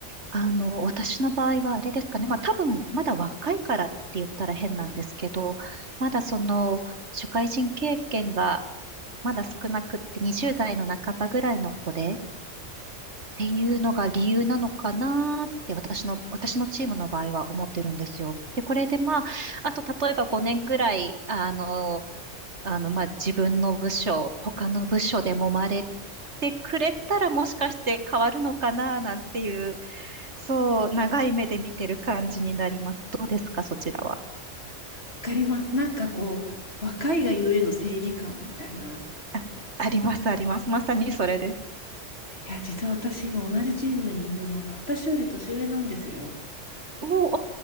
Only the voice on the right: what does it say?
あの、私の場合はあれですかね。まあ多分、まだ若いからって言ったら変なんですけど、まだその、社会人経験がまだ少なくって20代の半ばぐらいの子で、っていうのが理由なのかなって私の、私のチームの場合は思ってるんですよ。で、これでまあ、あと例えば5年ぐらい、あの、あの、まあ自分の部署、他の部署で揉まれてくれたらもしかして変わるのかななんていうそう、長い目で見てる感じになります。どうですか、そちらは。
あ、あります、あります。まさにそれです。
おー